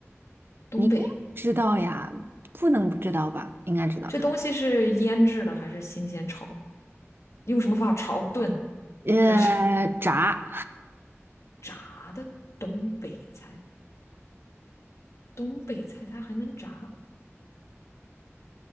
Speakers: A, on the left (about 75°); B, on the right (about 50°).
A: 东北
B: 你应该知道呀，不能不知道吧？应该知道的，
A: 这东西是腌制的还是新鲜炒的用什么方法炒、炖
B: 呃，
A: 还是
B: 炸，
A: <laughs> 炸的？东北菜，东北菜它还能炸？